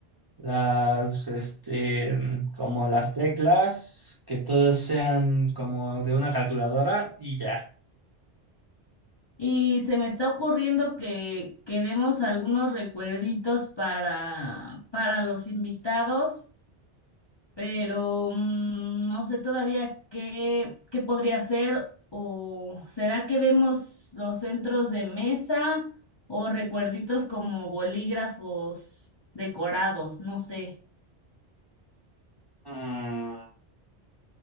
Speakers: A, on the right; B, on the left.
A: las, este, como las teclas, que todos sean como de una calculadora y ya.
B: Y se me está ocurriendo que, que demos algunos recuerditos para, para los invitados. pero mm, no sé todavía qué, qué podría hacer o será que demos los centros de mesa o recuerditos como bolígrafos decorados, no sé.
A: Mm,